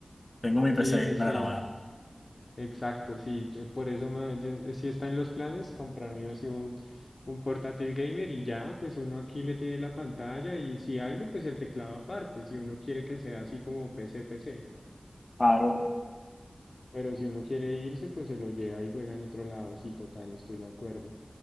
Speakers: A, on the left (about 40°); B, on the left (about 60°).
A: Tengo mi
B: sí,
A: PC
B: sí,
A: gamer
B: sí.
A: a la mano.
B: Exacto, sí, yo- por eso me, yo- eh, sí está en los planes comprarme así un, un portátil gamer y ya, pues uno aquí le tiene la pantalla y si algo, pues el teclado aparte, si uno quiere que sea así como PC, PC,
A: Claro,
B: pero si uno quiere irse, pues se lo lleva y juega en otro lado, sí, total, estoy de acuerdo.